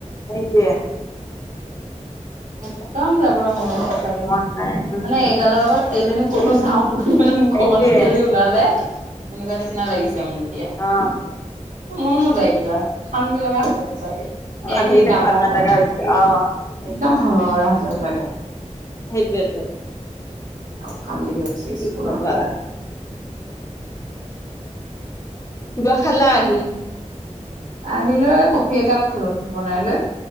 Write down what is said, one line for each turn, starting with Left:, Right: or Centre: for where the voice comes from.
Left: সেইটোয়ে
Right: একদম যাবলৈ মন সচাঁকে
Left: মন নাই উম
Right: মানে এইগালৰত লগত কেলেনো কতনো যাওঁ তোৰ মানে মুখৰ
Left: সেইটোৱে
Right: পৰানো কেলে ওলালে সেনেকুৱা নিচিনা লাগিছে মোৰ দিয়া
Left: অ
Right: মন নোযায় কিবা অশান্তি লগা হৈছে সঁচাকে কে
Left: মানুহকেইটাক
Right: কে কাহ
Left: ভাল
Right: কাহ
Left: নালাগা
Right: খনত থাকি
Left: হৈছে
Right: থাকি।
Left: অ সেইটোৱে
Right: একদম ভাল নলা হৈছে সঁচাকে।
Left: সেইটোৱেতো
Right: অশান্তি হৈ গৈছে
Left: কি
Right: স্কুলৰ।
Left: কবা কিবা খালা আহি?
Right: আহিলৈ কফি একাপ খালো বনাই লৈ